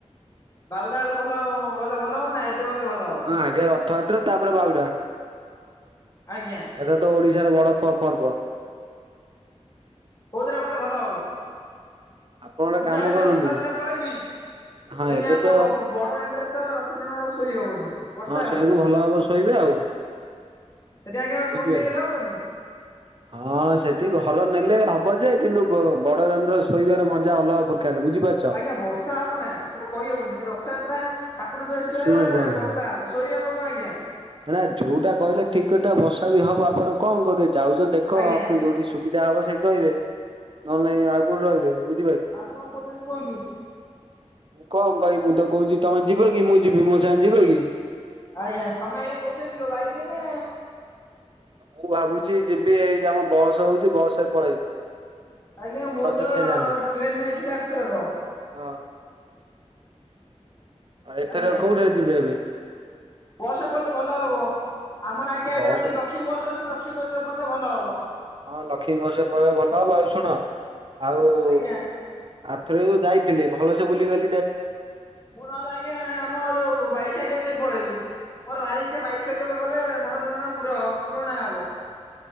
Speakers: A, on the left (about 30°); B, on the right (about 45°).
A: ବାହୁଡ଼ା ବେଳକୁ ଭଲ ଗଲେ ଭଲ ହବ ନା ଏବେ ଗଲେ ଭଲ ହବ?
B: ହଁ ଆଗେ ରଥଯାତ୍ର ତାପରେ ବାହୁଡା।
A: ଆଜ୍ଞା।
B: ଏଟା ତ ଓଡିଶାର ବଡ ପ ପର୍ବ।
A: କୋଉଥିରେ ଗଲେ ଭଲ ହବ?
B: ଆପଣ ଗୋଟେ
A: ମୁଁ
B: କାମ
A: ଚାହୁଁଛି
B: କରନ୍ତୁ
A: ରଥଯାତ୍ରା ପଳେଇବି
B: ହଁ
A: ସେଠି
B: ଏବେ
A: ଆମେ
B: ତ
A: ବ ବ ବ ବଡ଼ଦାଣ୍ଡରେ ତ ରଥ ଟଣା ହବ ଶୋଇହବନି। ବର୍ଷା
B: ହଁ ସେଇଆକୁ ଭଲ ଭାବ ଶୋଇବେ ଆଉ।
A: ସେଠି ଆଜ୍ଞା ଗୋଟେ
B: ବୁଝିପାରିଲେ।
A: ରୁମ୍ ନେଇଗଲେ ହବନି?
B: ହଁ ସେଠି ଘର ନେଲେ ହବ ଯେ କିନ୍ତୁ ବ ବଡ ଦାଣ୍ଡ ରେ ଶୋଇବାର ମଜା ଅଲଗା ପ୍ରକାର ବୁଝିପାରୁଛ।
A: ଆଜ୍ଞା ବର୍ଷା ହବ ନା ସେଇଟା କହିହବନି ଏ ରଥଯାତ୍ରା। ଠାକୁର ତ ଏଇଠି ଥୁଆହେବେ
B: ଶୁଣ ଶୁଣ ଶୁଣ
A: ବର୍ଷା ହେବ ଶୋଇ ହେବ କଣ ଆଜ୍ଞା।
B: ନା ଯୋଉଟା କହିଲେ ଠିକ୍ କଥା ବର୍ଷା ବି ହବ ଆପଣ କଣ କରିବେ ଯାଉଛ ଦେଖ
A: ଆଜ୍ଞା
B: ଆପଣ ଯୋଉ ଠୀ ସୁବିଧା ହବ ସେଇଠି ରହିବେ। ନହେଲେ ନାହିଁ ଆଉ କୋଉଠି ରହିବେ। ବୁ
A: ଆପଣ କଣ କହୁଛନ୍ତି କୁହନ୍ତୁ?
B: କଣ କହିବି ମୁଁ ତ କହୁଛି ତମେ ଯିବ କି ମୁଁ ଯିବି ମୋ ସାଙ୍ଗେ ଯିବ କି?
A: ଆଜ୍ଞା ତମେ ଆଜ୍ଞା କୋଉଥିରେ ଯିବ ବାଇକ ରେ ନା।
B: ମୁଁ ଭାବୁଛି ଯିବି ଏଇ ଆମ ବସ୍ ହଉଛି ବସ ରେ ପଳେଇବି।
A: ଆଜ୍ଞା ମୁଁ
B: ଛଅ
A: ତ
B: ଚକିଆ ଯାନ।
A: ଟ୍ରେନରେ ଯାଇଥିଲି ଆର ଥରକ।
B: ହଁ। ଆଉ ଏଥର
A: ଆଜ୍ଞା
B: କୋଉଥିରେ ଯିବେ ଏବେ?
A: ବସ ରେ ପଳେଇଲେ ଭଲ ହବ। ଆମର ଆଜ୍ଞା ଏଠି
B: ବସ୍
A: ଅଛି ଲକ୍ଷ୍ମୀ ବସ୍ ଅଛି ଲକ୍ଷ୍ମୀ ବସ ରେ ପଳେଇଲେ ଭଲ ହବ।
B: ହଁ ଲକ୍ଷ୍ମୀ ବସରେ ପଳେଇବ ଭଲ ହବ ଆଉ ଶୁଣ ଆଉ
A: ଆଜ୍ଞା।
B: ଆରଥରେ ଯୋଉ ଯାଇଥିଲେ ଭଲସେ ବୁଲି ବାଲି
A: ମୁଁ ନହେଲେ ଆଜ୍ଞା ଆମ ଯୋଉ ବାଇସାଇକେଲ ନେଇ ପଳେଇବି। ମୋର ଭାରି ଇଚ୍ଛା ବାଇସାଇକଲରେ ଗଲେ ମନସ୍କାମନା ପୁର ପୁରଣ ହବ।